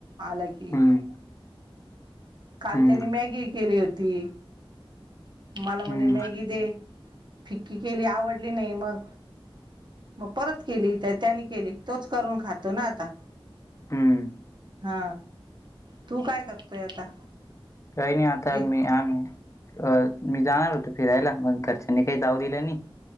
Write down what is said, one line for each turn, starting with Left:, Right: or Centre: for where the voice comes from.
Right: आला की
Left: हम्म
Right: काल
Left: हम्म
Right: त्याने मॅगी केली होती. मला म्हणे
Left: हम्म
Right: मॅगी दे, फिक्की केली आवडली नाही मग, मग परत केली, त्या त्यांनी केली तोच करून खातो ना आता.
Left: हम्म
Right: हा, तू काय करतोय आता?
Left: काही नाही आता
Right: ते
Left: मी आमी अ मी जाणार होतो फिरायला, मग घरच्यांनी काही जाऊ दिलं नाही.